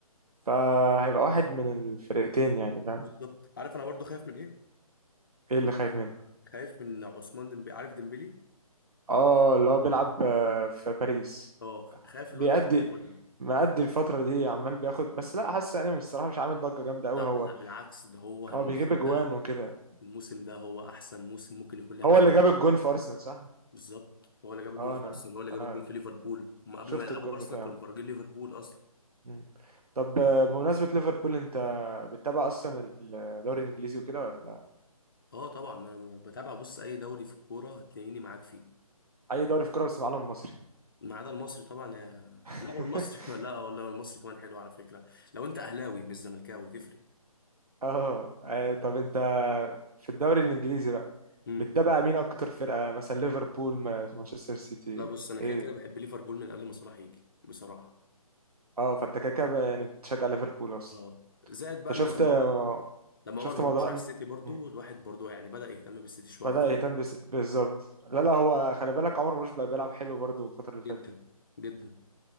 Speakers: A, on the right; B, on the left.
A: فهيبقى واحد من الفرقتين يعني فاهم
B: بالظبط عارف انا برضو خايف من ايه
A: ايه اللي خايف منه
B: خايف من عثمان ديمبلي عارف ديمبلي
A: اه اللي هو بيلعب آه في باريس
B: اه خايف
A: بيأدي
B: الواد ده هو اللي ياخدها
A: مأدي الفترة دي عمال بياخد بس لا حاسس انا من الصراحة مش عامل ضجة جامدة قوي
B: لا
A: هو
B: بال- بالعكس ده هو الموسم
A: هو بيجيب اجوان
B: ده
A: وكده
B: الموسم ده هو احسن موسم ممكن يكون لعبه
A: هو
B: في
A: اللي
B: حياته
A: جاب الجون في ارسنال صح
B: بالظبط هو اللي جاب الجون
A: اه
B: في
A: انا
B: ارسنال هو اللي
A: انا
B: جاب الجون في ليفربول هم قبل
A: شفت
B: ما يلعبوا
A: الجون
B: ارسنال
A: بتاعه
B: كانوا مفرجين ليفربول اصلا
A: مم. طب آه، بمناسبة ليفربول انت بتتابع اصلا الدوري الانجليزي وكده ولا
B: اه طبعا انا بتابع بص اي دوري في الكوره هتلاقيني معاك فيه
A: اي دوري في كوره بس معلم مصري
B: ما عدا المصري طبعا يا...
A: <laughs>
B: لا والمصري <laughs> لا والله المصري كمان حلو على فكره لو انت اهلاوي مش زملكاوي تفرق
A: اه آه، طب انت في الدوري الانجليزي بقى
B: امم
A: بتتابع مين اكتر فرقة مثلا ليفربول ما- مانشستر سيتي
B: لا بص انا
A: ايه
B: كده كده بحب ليفربول من قبل ما صلاح يجي بصراحه
A: اه فانت كده كده بقى يعني بتشجع ليفربول اصلا
B: اه زائد
A: انت
B: بقى
A: شفت
B: ان لما
A: آه،
B: عمر لما
A: شفت
B: عمر مرموش
A: موضوع
B: راح
A: إن-
B: السيتي برضو الواحد برضو يعني بدأ يهتم بالسيتي شويه
A: بدأ
B: فاهم
A: يهتم بس... بالظبط لا لا هو خلي بالك عمر مرموش بقى بيلعب حلو برضه الفترة اللي
B: جدا
A: فاتت دي.
B: جدا